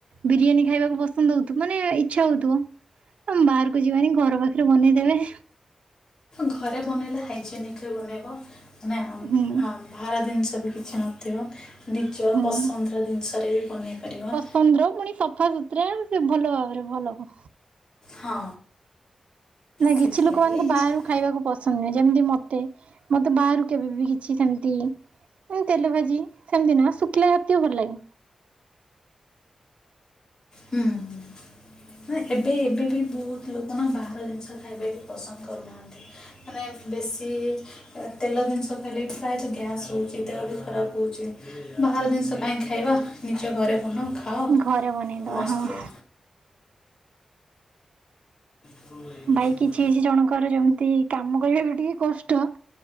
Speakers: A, on the right; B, on the left.
A: ବିରିୟାନୀ ଖାଇବାକୁ ପସନ୍ଦ ହଉଥୁ। ମାନେ ଇଚ୍ଛା ହଉଥୁବ। ଆମ୍ ବାହାରକୁ ଯିବାନି, ଘର ପାଖରେ ବନେଇଦେବେ।
B: ଘରେ ବନେଇଲେ ହାଇଜେନିକ୍ ରେ ବନେଇବ। ମାନେ ଆମ୍
A: ହୁଁ
B: ହାମ୍ ବାହାର ଦିନିଷ ବି କିଛି ନଥିବ। ନିଜ
A: ହୁଁ
B: ପସନ୍ଦର ଦିନଷରେ ବି ବନେଇ ପାରିବ।
A: ଚନ୍ଦ୍ର ପୁଣି ସଫା, ସୁ ତ୍ରା, ସେ ଭଲ ଭାବରେ, ଭଲ ହ
B: ହଁ।
A: ନାଇଁ, କିଛି
B: ସେଥିଲାଗି
A: ଲୁକମାନଙ୍କୁ ବାହାରୁ ଖାଇବାକୁ ପସନ୍ଦ ନୁହେଁ। ଯେମିତି ମତେ, ମତେ ବାହାରୁ କେବେ ବି କିଛି ସେମତି ଉଁ ତେଲ ଭାଜି, ସେମିତି ନୁହଁ, ଶୁଖିଲା ଜାତୀୟ ଭଲ ଲାଗେ।
B: ହୁଁ, ହୁଁ। ମାନ ଏବେ, ଏବେ ବି ବହୁତ ଲୋକ ନା, ବାହାର ଜିନିଷ ଖାଇବାବି ପସନ୍ଦ କରୁନାହାଁନ୍ତି। ମାନେ ବେଶୀ-ଇ ତେଲ ଦିନିଷ ଖାଇଲେ ବି ପ୍ରାୟତଃ ଗ୍ୟାସ୍ ହଉଛି, ଦେହ ବି ଖରାପ ହେଉଛି। ବାହାର ଦିନିଷ କାଇଁ ଖାଇବା! ନିଜ ଘରେ ବନ ଖାଅ।
A: ଘରେ ବନେଇଦବା,
B: ମସ୍ତ
A: ହଁ।
B: ରୁହ <inaudible>
A: ଭାଇ କିଛି ଜଣଙ୍କର ଯେମିତି କାମ କରିବାକୁ ଟିକେ କଷ୍ଟ।